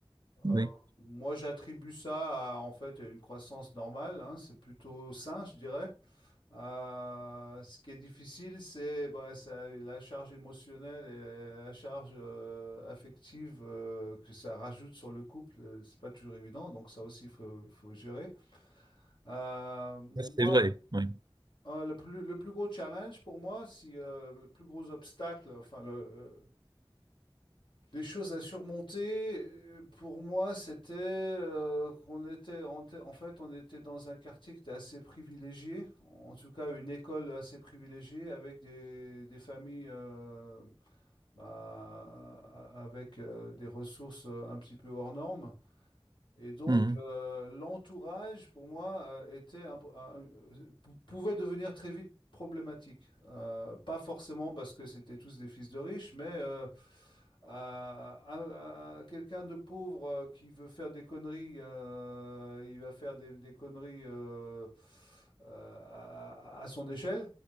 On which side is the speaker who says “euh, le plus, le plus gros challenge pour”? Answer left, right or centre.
Left